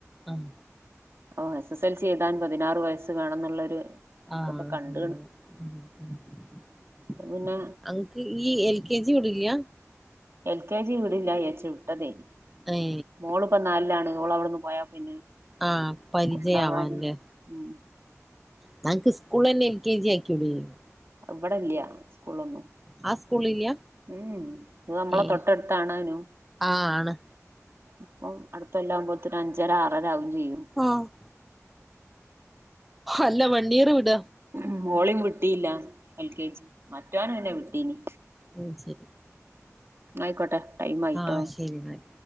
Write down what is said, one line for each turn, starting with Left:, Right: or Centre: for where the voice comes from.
Centre: ആഹ്
Right: ഓഹ് എസ് എസ് എൽ സി എഴുതാൻ പതിനാറ് വയസ്സ് വേണംന്നുള്ളൊരു
Centre: ആഹ്
Right: ഇതൊക്കെ
Centre: <unintelligible>
Right: കണ്ട്ണ് അപ്പൊ പിന്നെ
Centre: അഹ് ഈ എൽ കെ ജി വിടില്ല
Right: എൽ കെ ജി ഇവിടില്ല വിചാരിച്ചു വിട്ടതേർന്ന്
Centre: അതേ
Right: മോളിപ്പോ നാലിലാണ് ഓള് അവിടെന്ന് പോയാ പിന്നെ
Centre: ആഹ് പരിചയ
Right: കൊണ്ടാവാന്
Centre: ആവാൻ ല്ലേ
Right: ഉം
Centre: ന്നാങ്ങക്ക് സ്കൂൾലന്നെ എൽ കെ ജി ആയികൂടായില്ലേ
Right: ഇബടെ ഇല്ല്യാ സ്കൂളൊന്നും
Centre: ആ സ്കൂളില്ല
Right: ഉം ഇത് നമ്മളെ
Centre: ഏഹ്
Right: തൊട്ട എടുത്ത്ണാനും
Centre: ആഹ് ആണ്
Right: അപ്പൊ അടുത്തല്ലാകുമ്പോത്തന് അഞ്ചര ആറര ആകയും ചെയ്യും
Centre: ആഹ അല്ല വണ്ടിയറ് വിട
Right: ഉം ഓളീം വിട്ടിയില്ല എൽ കെ ജി മറ്റോനെ പിന്നെ വിട്ടീന്
Centre: അത് ശരി
Right: ആയിക്കോട്ടെ ടൈം ആയിട്ടോ
Centre: ആഹ ശരി എന്നാൽ